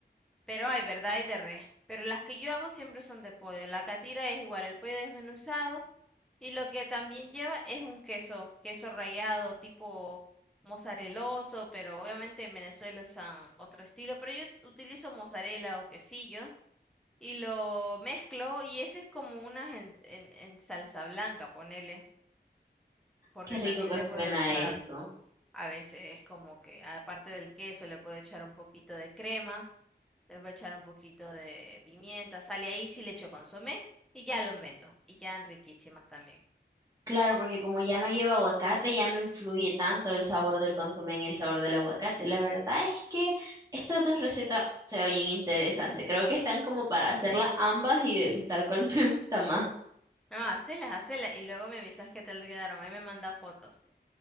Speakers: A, in the centre; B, on the right.
A: Pero hay, ¿verdad? Hay de res. Pero las que yo hago siempre son de pollo. La catira es igual, el pollo desmenuzado. Y lo que también lleva es un queso, queso rallado, tipo mozareloso, pero obviamente en Venezuela usan otro estilo. Pero yo utilizo mozzarella o quesillo y lo mezclo y ese es como una en, en- en salsa blanca, ponele, porque
B: Qué rico
A: también
B: que
A: le
B: suena
A: puedo echar,
B: eso.
A: a veces es como que aparte del queso le puedo echar un poquito de crema le voy a echar un poquito de pimienta, sal y ahí, si le echo consomé y ya lo meto. Y quedan riquísimas también.
B: Claro, porque como ya no lleva aguacate, ya no influye tanto el sabor del consomé en el sabor del aguacate. La verdad es que estas dos recetas se oyen interesantes. Creo que están como para hacerlas ambas y degustar cuál <laughs> me gusta más.
A: No, hacelas, hacelas y luego me avisas qué tal quedaron. Ahí me manda fotos.